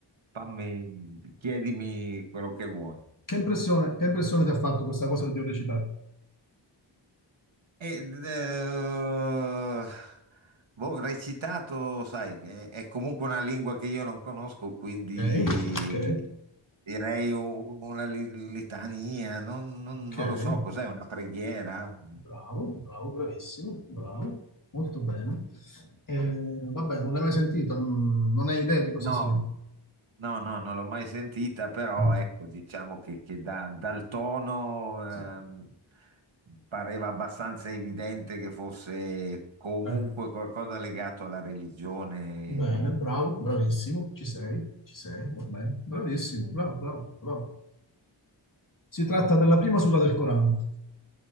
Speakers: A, on the right; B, on the left.
A: fammi, chiedimi quello che vuoi.
B: Che impressione, che impressione ti ha fatto questa cosa che ti ho recitato?
A: Ed, eh, boh, recitato, sai, è, è comunque una lingua che io non conosco, quindi
B: ok, ok,
A: direi un- una li- litania, non, non-
B: ok,
A: non lo so, cos'è, una preghiera?
B: bravo, bravo, bravissimo, bravo, molto bene. Eh, vabbè, non l'hai mai sentita, non non hai idea di cosa
A: No,
B: sia.
A: no, no, non l'ho mai sentita, però
B: Mm,
A: ecco, diciamo che, che da- dal tono
B: Sì.
A: ehm, pareva abbastanza evidente che fosse comunque
B: Bene,
A: qualcosa legato alla religione.
B: Bene, bravo, bravissimo, ci sei, ci sei, va bene, bravissimo, bravo, bravo, bravo. Si tratta della prima sura del Corano,